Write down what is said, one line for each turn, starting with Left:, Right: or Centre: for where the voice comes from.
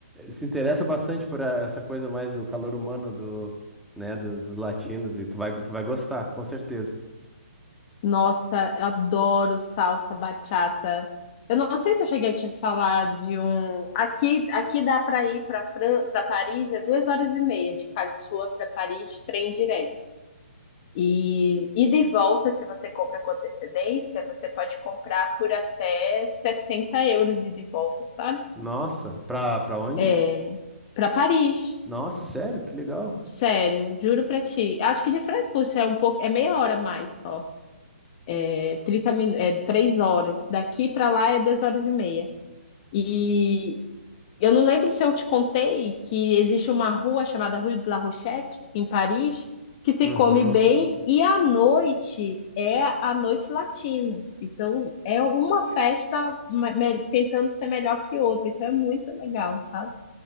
Centre: se interessa bastante por a- essa coisa mais do calor humano do, né, do- dos latinos. E tu vai, tu vai gostar, com certeza.
Left: Nossa, eu adoro salsa bachata. Eu não sei se eu cheguei a te falar de um. Aqui, aqui dá para ir para Fran... para Paris, é duas horas e meia de Karlsruhe para Paris, trem direto. E ida e volta, se você compra com antecedência, você pode comprar por até 60 euros ida e volta, sabe?
Centre: Nossa, pra, pra onde?
Left: É, para Paris.
Centre: Nossa, sério? Que legal.
Left: Sério, juro pra ti. Acho que de Frankfurt é um pouco, é meia hora mais só. É 30 min, é 3 horas. Daqui pra lá é 2 horas e meia. E Eu não lembro se eu te contei que existe uma rua chamada Rue de la Rochette, em Paris, que se
Centre: Uhum.
Left: come bem e à noite é a noite latina. Então é uma festa ma- me- tentando ser melhor que outra. Então é muito legal, sabe?